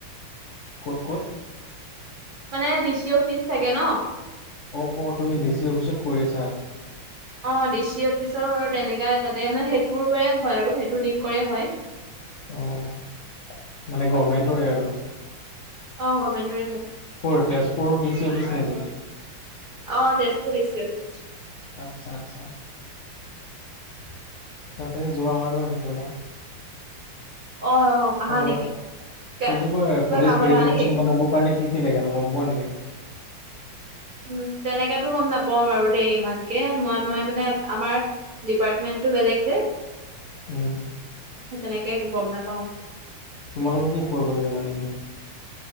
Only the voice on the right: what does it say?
মানে ডি চি অফিচ থাকে ন'!
অ', ডি চি অফিচৰ তেনেকা তাতে মানে সেইটোৰে হয় আৰু সেইটো লিংক কৰে হয়।
অ', গমেণ্টোৰে হয়।
অ', তেজপুৰ ডি চি অফিচ।
অ আহা
নেকি কিবা
কামত
আহা নেকি
উম, তেনেকেতো গ'ম নাপাও বাৰু দেই ইমানকে মই মই মানে আমাৰ ডিপাৰ্টমেন্টটো বেলেগ যে,
সেই তেনেকে একো গ'ম নাপাও।